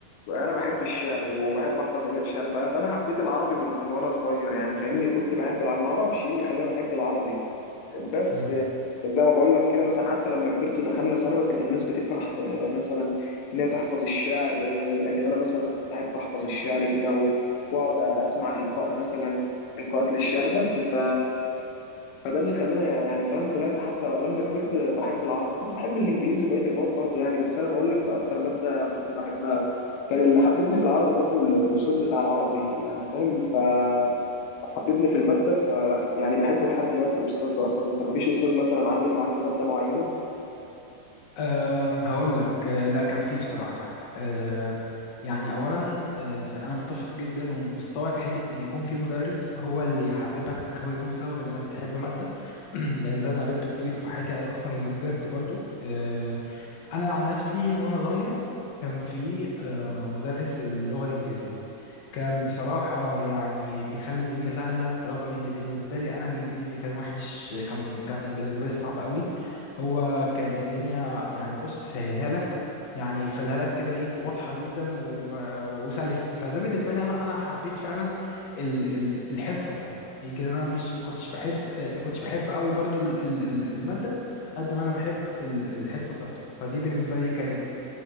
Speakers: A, on the left; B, on the left.
A: انا بحب الشعر وبحب احفظ ابيات شعر ف- فانا حبيت العربي من, من وانا صغير يعني فاهمني كنت بحب العربي ما اعرفش ايه اللي خلاني احب العربي بس
B: مم.
A: آه، زي ما بقول لك كده مثلا حتى لما كبرت ودخلنا ثانوي كانت الناس بتكره آه، مثلا ان هي تحفظ الشعر آه، لكن انا مثلا كنت احب احفظ الشعر كده و- واقعد اسمع القاء مثلا القاءات للشعر بس ف فده اللي خلاني يعني فاهم طلعت حتى لما كبرت بحب العربي كنت بحب الانجليزي وبقيه المواد برضو يعني بس انا بقول لك اكتر ماده كنت بحبها كان اللي حببني في العربي برضو ال- الاستاذ بتاع العربي يعني فاهم فحببني في الماده ف يعني بحبه لحد دلوقتي الاستاذ ده اصلا انت ما فيش استاذ مثلا علم معاك في ماده معينه
B: أه هقول لك أه لا كان فيه بصراحة أه يعني أولا أه أنا متفق جدا ومستوعب حتة إن يكون في مدرس هو اللي يحببك هو يكون سبب إنك تحب مادة <clears throat> لأن ده أنا قابلته كتير في حياتي أصلا لما كبرت برضو أه أنا عن نفسي وأنا صغير كان في أه مدرس اللغة الإنجليزية كان بصراحة يعني بيخلي الدنيا سهلة رغم إن بالنسبة لي أنا الإنجليزي كان وحش كان كان بالنسبة لي صعب قوي هو كانت الدنيا يعني بص سهلها لك يعني يخليها لك كده إيه واضحة جدا و- وسلسة فده بالنسبة لي أنا أنا حبيت فعلا ال- ال- الحصة بتاعته يمكن أنا مش ما كنتش بحس ما كنتش بحب قوي برضو ال- ال- ال- المادة قد ما أنا بحب ال- الحصة بتاعته فدي بالنسبة لي كانت